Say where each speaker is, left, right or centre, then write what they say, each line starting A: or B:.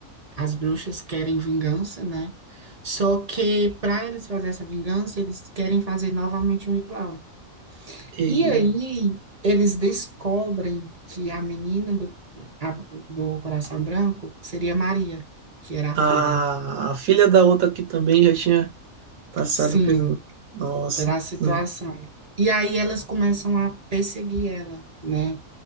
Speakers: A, on the right; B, on the right.
A: as bruxas querem vingança, né? Só que para eles fazer essa vingança, eles querem fazer novamente o ritual.
B: e
A: E aí eles descobrem que a menina do, a- do coração branco seria Maria, que era a
B: a,
A: filha.
B: a filha da outra que também já tinha passado
A: Sim,
B: pelo. Nossa.
A: pela situação.
B: Não.
A: E aí elas começam a perseguir ela, né?